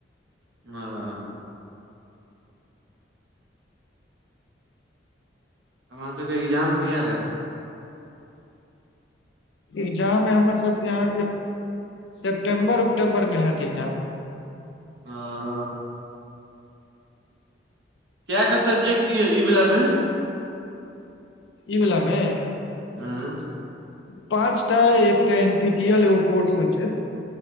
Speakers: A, on the right; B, on the left.
A: हं हमर सबके एग्जाम कहिआ हैत
B: एग्जाम अइ हमर सबके अहाँके सेप्टेम्बर उप्टेम्बरमें हयत एग्जाम
A: हँ केटा सब्जेक्ट य ई वला मे
B: ईविल मे
A: हँ,
B: पाँच टा एकटा एन टीटीएल एो कोर्स होइ छै